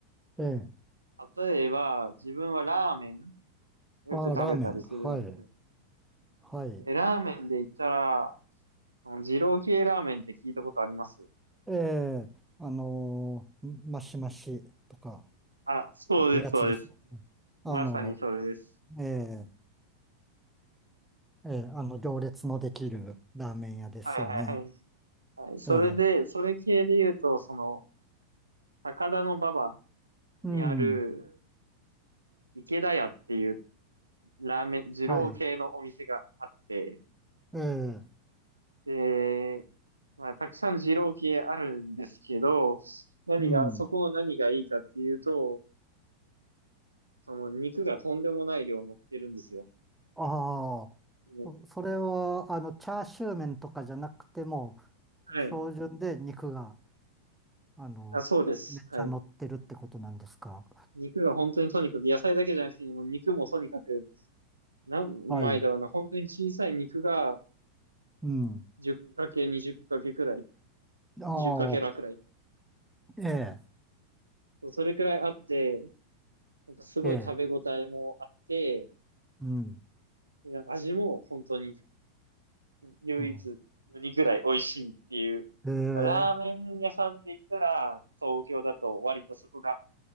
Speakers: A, in the centre; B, on the right.
A: ええ。
B: 例えば、自分はラーメンよく食べたりするんですよ。
A: あー、ラーメン。はい。はい。
B: でラーメンで言ったら、あの二郎系ラーメンって聞いたことあります
A: ええ、あのーマシマシとか、
B: あ、そうです、
A: いうやつですよね。
B: そうです。
A: あの、
B: まさにそれです。
A: ええ。ええ、あの、行列のできるラーメン屋ですよね。
B: はい、はい、はい。はい、それで、
A: ええ、
B: それ系で言うと、その、高田馬場
A: うん、
B: にある、池田屋っていうラーメン、二郎系のお店があって、
A: はい。ええ、
B: で、まあ、たくさん二郎系あるんですけど、何が、
A: うん。
B: そこの何がいいかっていうと、その肉がとんでもない量乗ってるんですよ。
A: ああ、
B: もう
A: そそれは、あの、チャーシュー麺とかじゃなくても、
B: はい。
A: 標準で肉が、あの、
B: あ、そうです。
A: めっちゃ乗ってるってことなんですか。
B: はい。肉が本当にとにかく、野菜だけじゃなくて、もう肉もとにかく、何枚だろうな、
A: はい。
B: 本当に小さい肉が
A: うん。
B: じゅうん。1 0 × 2 0けくらい、
A: あ
B: 2 0けらくらい。
A: あ、ええ、
B: そうそれくらいあって、なんかすごい食べ応えもあって、
A: ええ、うん、
B: なんか味も本当に唯一
A: うん。
B: 無二ぐらい美味しいっていう。
A: ええ、
B: まあ、ラーメン屋さんで言ったら、東京だと割とそこが